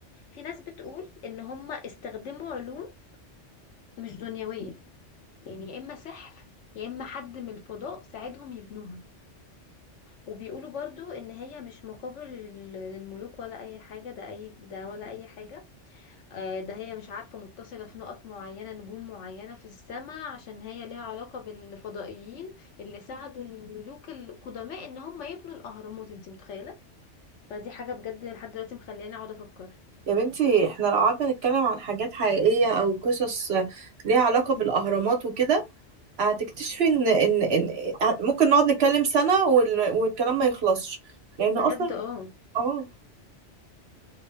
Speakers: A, on the left (about 80°); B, on the right (about 60°).
A: في ناس بتقول إن هم استخدموا علوم مش دنيوية يعني يا إما سحر يا إما حد من الفضاء ساعدهم يبنوها وبيقولوا برضو إن هي مش مقابر لل- للملوك ولا أي حاجة ده أي ده ولا أي حاجة آه، ده هي مش عارفة متصلة في نقط معينة نجوم معينة في السماء عشان هي ليها علاقة بالفضائيين اللي ساعدوا الملوك القدماء ان هم يبنوا الاهرامات انت متخيلة فدي حاجة بجد لحد دلوقتي مخلياني اقعد افكر
B: يا بنتي احنا لو قعدنا نتكلم عن حاجات حقيقية أو قصص ليها علاقة بالأهرامات وكده هتكتشفي إن إن إن إن- ممكن نقعد نتكلم سنة وال- والكلام ما يخلصش لأن
A: بجد
B: أصلا
A: اه
B: اه